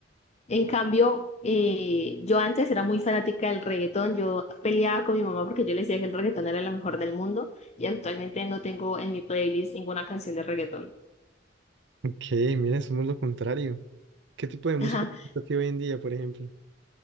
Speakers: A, on the left (about 35°); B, on the right (about 65°).
A: En cambio, eh, yo antes era muy fanática del reggaetón. Yo peleaba con mi mamá porque yo le decía que el reggaetón era lo mejor del mundo y actualmente no tengo en mi playlist ninguna canción de reggaetón.
B: Ok, mira, somos lo contrario. ¿Qué tipo de música
A: <laughs>
B: te gusta a ti hoy en día, por ejemplo?